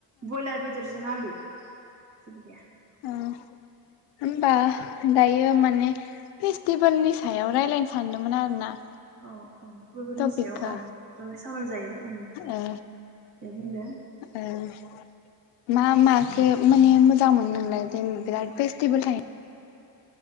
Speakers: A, on the right; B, on the left.
A: ब्रयलार बेदरजों आलु। जेबो गैया।
B: उम होनबा। दायो माने फेस्टिभेलनि सायाव रायलायनो सानदोंमोन आरो ना।
A: औ औ फोरबोनि
B: टपिकखौ
A: सायाव औ जा सावरायजायो ओं
B: ओ
A: दे बुंदो।
B: ओ मा माखो माने मोजां मोनो नोंलाय जेनबा बिराद फेस्टिभेल थायो।